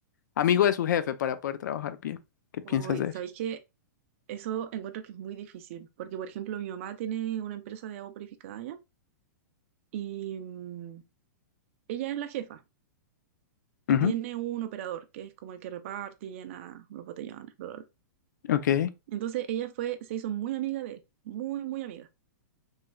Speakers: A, on the left; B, on the right.
A: amigo de su jefe para poder trabajar bien. ¿Qué piensas
B: Uy,
A: de
B: ¿sabéis
A: eso?
B: qué? Eso encuentro que es muy difícil, porque por ejemplo mi mamá tiene una empresa de agua purificada ya y mm, ella es la jefa y
A: Ujú,
B: tiene un operador que es como el que reparte y llena los botellones, bla, bla, bla.
A: Ok.
B: Entonces ella fue, se hizo muy amiga de él, muy, muy amiga,